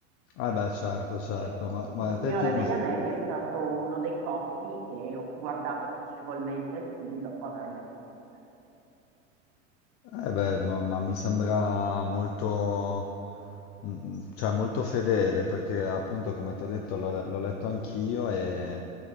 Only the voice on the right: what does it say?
Eh, sì,
Il sì,
Signore
degli Anelli assolutamente è il film. stato uno dei pochi che ho guardato piacevolmente il film dopo aver letto il libro.